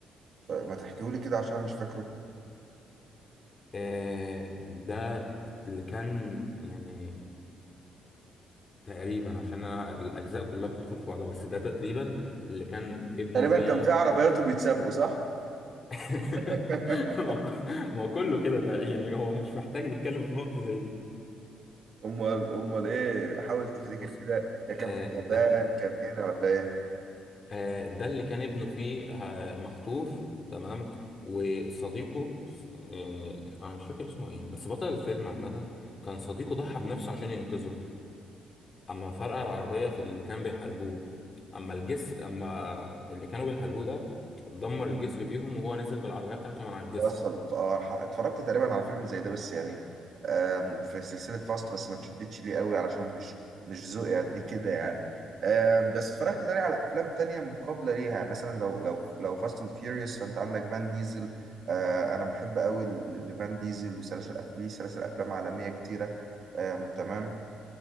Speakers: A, on the right; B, on the left.
A: طيب ما تحكيهولي كده عشان مش فاكره
B: آه ده اللي كان يعني تقريبا عشان انا الاجزاء كلها بتدخل في بعضها بس ده تقريبا اللي كان ابنه
A: تقريبا
B: فيه
A: كان في عربيات وبيتسابقوا صح؟
B: <laughs>
A: <laughs>
B: ما هو كله كده تق- يعني هو مش محتاج نتكلم في نقطة زي دي
A: امال امال ايه حاول تفتكر
B: بص
A: كده يا كان
B: آه،
A: في اليابان
B: ده
A: كان هنا ولا ايه
B: آه، ده اللي كان ابنه فيه آه، مخطوف تمام وصديقه ص- يعني انا مش فاكر اسمه ايه بس بطل الفيلم عامة كان صديقه ضحى بنفسه عشان ينقذه اما فرقع العربية في اللي كان بيحاربوه اما الجسر اما اللي كانوا بيحاربوه ده دمر الجسر بيهم وهو نزل بالعربية بتاعته من على الجسر
A: وصل اه ح- اتفرجت تقريبا على فيلم زي ده بس يعني آم، في سلسلة فاست بس ما تشدتش ليه قوي علشان مش مش ذوقي قد كده يعني آم، بس اتفرجت تاني على افلام تانية مقابلة ليها مثلا لو لو لو فاست اند فيوريوس فانت عندك فان ديزل آه، انا بحب قوي ل- لفان ديزل وسلاسل أف- ليه سلاسل افلام عالمية كتيرة آم، تمام